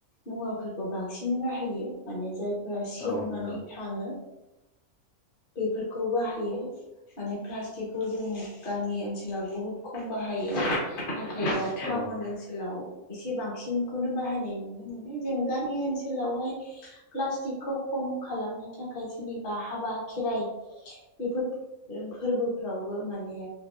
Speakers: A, on the left (about 40°); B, on the left (about 70°).
A: मुवाफोरखौ बांसिनै बाहायो माने जायफोरा सेवनानै
B: औ नंगौ
A: थाङो। बेफोरखौ बाहायो। माने प्लास्टिकखौ जों गामि ओनसोलाव बहुद खम बाहायो। नाथायबा
B: औ
A: टाउन ओन सोलाव एसे बांसिनखौनो बाहायनाय नुनो मोनो। जों गामि ओनसोलावहाय प्लास्टिकखौ खम खालामनो थाखाय सोरनिबा हाबा खेराइ बेफोर फोरबोफ्रावबो माने